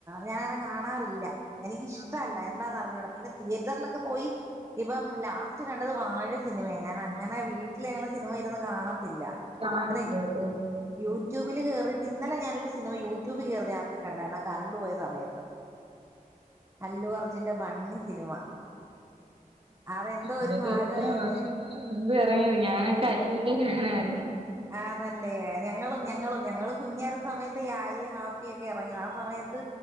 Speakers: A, on the right (about 20°); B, on the right (about 40°).
A: ഞാൻ അങ്ങനെ കാണാറില്ല എനിക്കിഷ്ടവല്ല
B: ആഹാ
A: എന്താന്ന് അറിഞ്ഞൂട പിന്നെ തിയേറ്ററിലൊക്കെ പോയി ഇപ്പം ലാസ്റ്റ് കണ്ടത് വാഴ സിനിമയ ഞാൻ അങ്ങനെ വീട്ടിലങ്ങനെ സിനിമ ഇരുന്ന് കാണത്തില്ല
B: കാണാ <unintelligible>
A: അങ്ങനെ
B: ഓഹ്
A: യൂട്യൂബിൽ കേറീട്ട് ഇന്നലെ ഞാനൊരു സിനിമ യൂട്യൂബി കേറി രാത്രി കണ്ടായിരുന്ന് ആഹ് കറണ്ട് പോയ സമയത്ത് അല്ലു അർജുന്റെ ബണ്ണി സിനിമ അതെന്തോ
B: അതൊക്കെ
A: ഒരു ഭാഗം
B: എത്ര
A: ഇങ്ങനെ
B: വർഷത്തിന് മുൻപ് ഇറങ്ങിയത് ഞാനൊക്കെ അല്ലുന്റെ ഫാനായിരുന്നു
A: ആണല്ലേ ഞങ്ങളും ഞങ്ങളും ഞങ്ങളും കുഞ്ഞാരുന്ന സമയത്ത് പ്പി ആര്യേം ഹാപ്പിയൊക്കെ ഇറങ്ങിയേ ആ സമയത്ത്